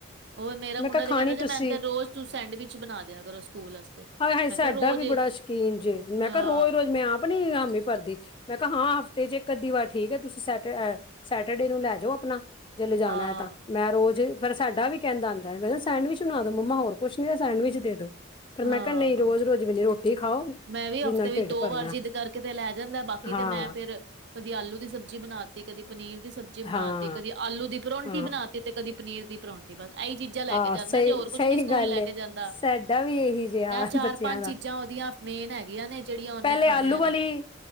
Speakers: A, on the right; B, on the left.
A: ਹੋਰ ਮੇਰਾ ਮੁੰਡਾ
B: ਮੈਂ ਕਿਹਾ
A: ਤੇ
B: ਖਾਣੀ
A: ਕਹਿੰਦਾ
B: ਤੁਸੀਂ
A: ਮੈਨੂੰ ਤੇ ਰੋਜ਼ ਤੂਸੀਂ ਸੈਂਡਵਿਚ ਬਣਾ ਦਿਆ ਕਰੋ ਸਕੂਲ ਵਾਸਤੇ।
B: ਆਏ-ਹਾਏ ਸਾਡਾ
A: ਮੈਂ ਕਿਹਾ ਰੋਜ਼
B: ਵੀ ਬੜਾ ਸ਼ੌਕੀਨ ਜੇ, ਮੈਂ
A: ਹਾਂ
B: ਕਿਹਾ ਰੋਜ਼-ਰੋਜ਼ ਮੈਂ ਆਪ ਨੀ ਹਾਮੀ ਭਰਦੀ। ਮੈਂ ਕਿਹਾ ਹਾਂ ਹਫ਼ਤੇ ਚ ਇੱਕ ਅੱਧੀ ਵਾਰ ਠੀਕ ਐ। ਤੁਸੀਂ ਸੈਂਟਰ ਐ ਸੈਟਰਡੇ ਨੂੰ ਲੈ ਜਾਓ ਆਪਣਾ। ਜੇ ਲੇ ਜਾਣਾ
A: ਹਾਂ
B: ਤਾਂ, ਮੈਂ ਰੋਜ਼ ਫ਼ਿਰ ਸਾਡਾ ਵੀ ਕਹਿੰਦਾ ਆਂਦਾ ਸੈਂਡਵਿਚ ਬਣਾ ਦੋ ਮੰਮਾ ਹੋਰ। ਕੁਛ ਨੀ ਤਾਂ ਸੈਂਡਵਿਚ ਦੇ ਦੋ, ਪਰ
A: ਹਾਂ
B: ਮੈਂ ਕਿਹਾ ਨਹੀਂ ਰੋਜ਼-ਰੋਜ਼ ਵੀ ਨੀ ਰੋਟੀ ਖਾਓ।
A: ਮੈਂ ਵੀ
B: ਜਿਹਦੇ
A: ਹਫ਼ਤੇ
B: ਨਾਲ
A: ਵਿੱਚ
B: ਢਿੱਡ
A: ਦੋ
B: ਭਰਨਾ
A: ਵਾਰ ਜਿੱਦ ਕਰਕੇ ਲੈ ਜਾਂਦਾ, ਬਾਕੀ
B: ਹਾਂ
A: ਤੇ ਮੈਂ ਫੇਰ ਕਦੀ ਆਲੂ ਦੀ ਸਬਜ਼ੀ ਬਨਾਤੀ। ਤੇ ਕਦੀ ਪਨੀਰ ਦੀ ਸਬਜ਼ੀ ਬਣਾ
B: ਹਾਂ
A: ਤੀ, ਕਦੀ ਆਲੂ ਦੀ ਪਰੋਂਠੀ
B: ਹਾਂ
A: ਬਣਾ ਤੀ, ਤੇ ਕਦੀ ਪਨੀਰ ਦੀ। ਪਰਾਠੇ ਬਸ, ਏਹੀ ਚੀਜ਼ਾਂ ਲੈ ਕੇ
B: ਆਹ
A: ਜਾਂਦਾ,
B: ਸਹੀ
A: ਜੇ ਹੋਰ
B: ਸਹੀ
A: ਕੁਛ ਨੀ ਸਕੂਲ
B: ਗੱਲ
A: ਲੈ
B: ਏ
A: ਕੇ ਜਾਂਦਾ।
B: ਸਾਡਾ ਵੀ ਇਹੀ ਜਿਹਾ
A: ਇਹ ਚਾਰ
B: ਬੱਚਿਆਂ
A: ਪੰਜ
B: ਦਾ,
A: ਚੀਜ਼ਾਂ ਉਹਦੀਆਂ ਮੇਨ ਹੈਗੀਆਂ ਨੇ ਜਿਹੜੀਆਂ ਉਹਨੇ
B: ਪਹਿਲੇ
A: ਖਾਣੀਆਂ
B: ਆਲੂ ਵਾਲੀ।
A: ਨੇ